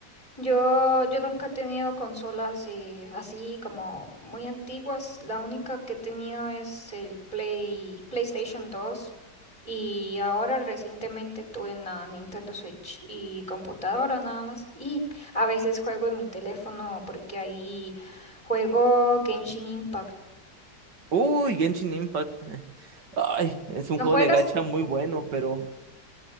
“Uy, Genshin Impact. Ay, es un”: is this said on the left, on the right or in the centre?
Right